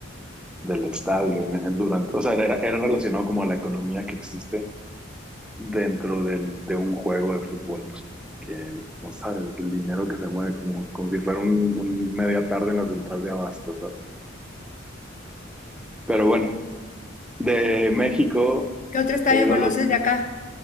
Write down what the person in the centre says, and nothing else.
del estadio. en- en- durante, o sea, era, era relacionado como a la economía que existe dentro del- de un juego de fútbol. Que no sabes, el dinero que se mueve como, como si fuera un, un media tarde en la central de abastos, ¿sabes? Pero bueno, de México
he ido
a los,